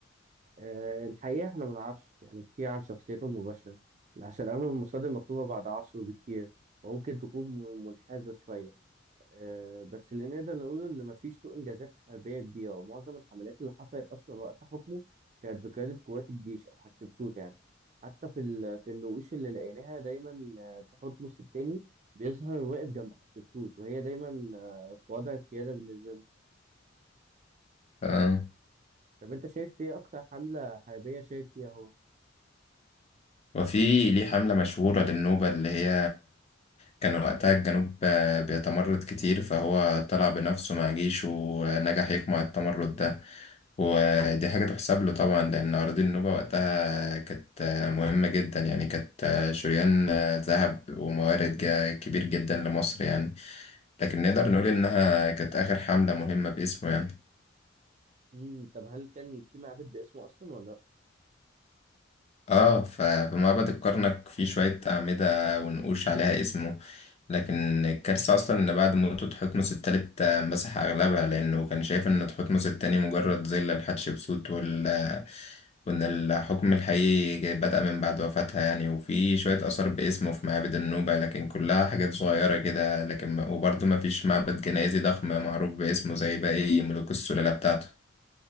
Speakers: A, on the right (about 40°); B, on the left (about 35°).
A: آه، الحقيقة احنا ما نعرفش يعني كتير عن شخصيته المباشرة عشان أغلب المصادر مكتوبة بعد عصره بكتير وممكن تكون م- منحازة شوية آه، بس اللي نقدر نقوله إن مفيش له إنجازات حربية كبيرة ومعظم الحملات اللي حصلت أصلا وقت حكمه كانت بقيادة قوات الجيش أو حتشبسوت يعني حتى في ال- في النقوش اللي لقيناها دايما آه، تحتمس التاني بيظهر واقف جنب حتشبسوت وهي دايما آه، في وضع القيادة بالنسبة له
B: آه.
A: طب أنت شايف إيه أكتر حملة حربية شارك فيها هو؟
B: وفي ليه حملة مشهورة للنوبة اللي هي كان وقتها الجنوب بيتمرد كتير فهو طلع بنفسه مع جيشه ونجح يقمع التمرد ده ودي حاجة تحسب له طبعا لأن أراضي النوبة وقتها كانت مهمة جدا يعني كانت شريان ذهب وموارد جا- كبير جدا لمصر يعني لكن نقدر نقول إنها كانت آخر حملة مهمة باسمه يعني
A: امم طب هل كان في معبد باسمه اصلا ولا لا
B: اه ففي معبد الكرنك في شوية أعمدة ونقوش عليها اسمه لكن الكارثة أصلا إن بعد موته تحتمس التالت آه، مسح أغلبها لأنه كان شايف إن تحتمس التاني مجرد ظل لحتشبسوت وال وإن الحكم الحقيقي بدأ من بعد وفاتها يعني وفي شوية آثار باسمه في معابد النوبة لكن كلها حاجات صغيرة كده لكن وبرضه مفيش معبد جنائزي ضخم معروف باسمه زي باقي ملوك السلالة بتاعته.